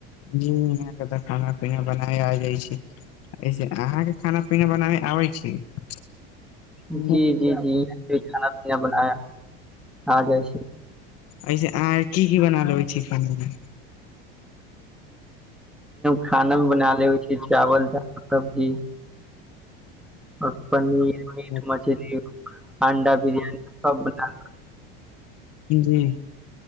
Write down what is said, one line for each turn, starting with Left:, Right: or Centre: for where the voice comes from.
Left: जी यहाँ के त खाना पीना बनाय आ जाइ छै ऐसे अहाँके खाना पीना बनाबे आबै छी <inaudible>
Centre: जी जी जी खाना पीना बना आ जाइ
Left: ऐसे अहाँ के की की बना लेबै छी खाना मे
Centre: खाना मे बना ले छै चावल दाल सब्जी और पनीर मीट
Left: म
Centre: मछली अंडा बिरियानी सब बना
Left: <inaudible> जी